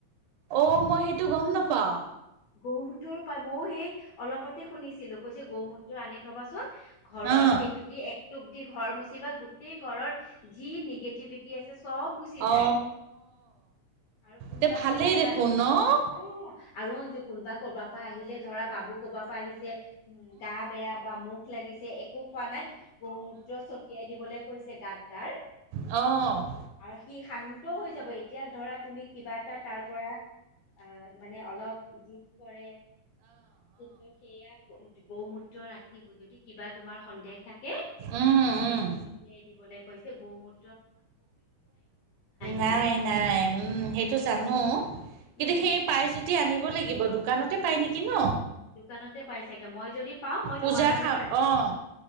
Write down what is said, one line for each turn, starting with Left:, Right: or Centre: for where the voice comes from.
Right: অ মই সেইটো গম নাপাও।
Left: গৌমূত্ৰৰো পায়। মইয়ো সেই অলপতে শুনিছিলো, কৈছে গৌ মূত্ৰ আনি থবাচোন। ঘৰৰ
Right: অ
Left: সেইটো দি, এক টোপ দি ঘৰ মচি বা, গোটেই ঘৰৰ যি নিগেটিভিটি কি আছে চব গুচি
Right: অ
Left: যায়। আৰু কোনবা
Right: তে ভালেই
Left: কৰবাৰ পৰা
Right: দেখোন
Left: আহিলে‌
Right: ন
Left: অ আৰু অঞ্জু কোনোবা কৰবাৰ পৰা আহিলে, ধৰা বাবু কৰবাৰ পৰা আহিছে। উম গা বেয়া বা, মুখ লাগিছে, একো খোৱা নাই। গৌমূত্ৰ ছটিয়াই দিবলৈ কৈছে, গাত তাৰ।
Right: অ'।
Left: আৰু সি শান্ত হৈ যাব। এইত এতিয়া ধৰা তুমি কিবা এটা তাৰ পৰা অ', মানে অলপ জিত কৰে, কিন্তু সেইয়া গৌমূত্ৰ ৰাতি যদি কিবা তোমাৰ সন্দেহ থাকে।
Right: উম, উম।
Left: চতিয়াই দিবলৈ কৈছে গ গৌমূত্ৰ।
Right: নাই
Left: বোলে
Right: নাই, উম, সেইটো জানো? কিন্তু
Left: উম
Right: সেই পাই যদি আনিব লাগিব। দোকানতে পাই নেকি ন'?
Left: দোকানতে পাই চাগে, মই যদি পাওঁ মই
Right: পূজাৰ
Left: তোমাৰ কাৰণেও
Right: সা
Left: ৰাখি
Right: অ',
Left: থম